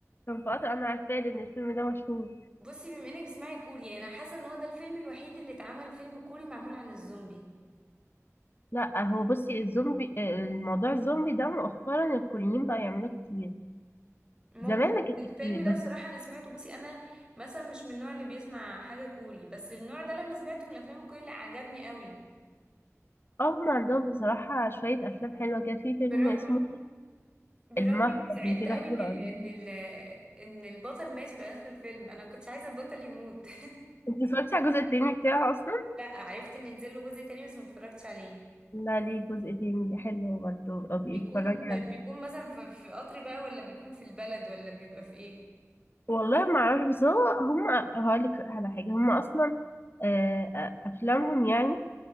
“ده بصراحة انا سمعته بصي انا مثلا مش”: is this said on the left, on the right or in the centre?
Right